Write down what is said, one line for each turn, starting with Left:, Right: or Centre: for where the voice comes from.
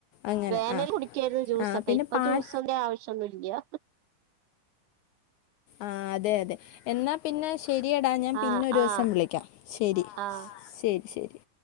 Left: അങ്ങനെ
Right: വേനൽ
Left: ആ
Right: കുടിക്കായിരുന്നു ജ്യൂസൊക്കെ.
Left: ആ പിന്നെ
Right: ഇപ്പൊ
Left: പാൽ
Right: ജ്യൂസ് ൻ്റെ ആവശ്യൊന്നുല്ല്യാ
Left: ആ അതെ അതെ എന്നാ പിന്നെ ശ രി എടാ ഞാൻ പിന്നെ
Right: ആഹ്
Left: ഒരു ദിവസം
Right: ആഹ്
Left: വിളിക്കാം ശരി
Right: ആഹ്
Left: ശരി ശരി